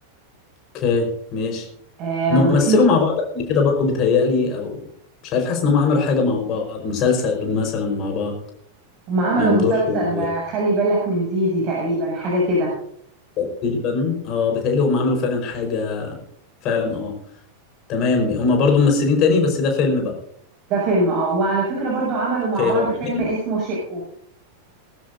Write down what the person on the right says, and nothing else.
آه
وفي
هم عملوا
مسلسل
آه، خلي بالك من زيزي تقريبا حاجه كده
ده فيلم اه وعلى فكره برضو عملوا
مع بعض
فيلم اسمه شقه